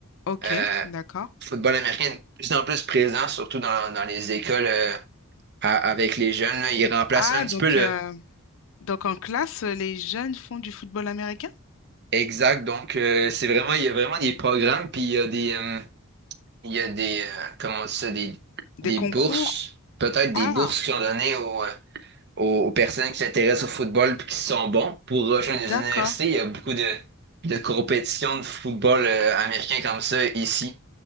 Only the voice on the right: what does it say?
Euh,
football américain est de plus en plus présent, surtout dans, dans les écoles euh, à- avec les jeunes. là. Il remplace
un petit
peu le
exact. Donc, euh, c'est vraiment, il y a vraiment des programmes, puis il y a des, euh, il y a des, euh, comment on dit ça, des,
des
bourses, peut-être
des bourses qui sont données aux, euh, aux, aux personnes qui s'intéressent au football puis qui sont bons pour rejoindre les
universités. Il y a beaucoup de, de compétitions de football euh, américain comme ça ici.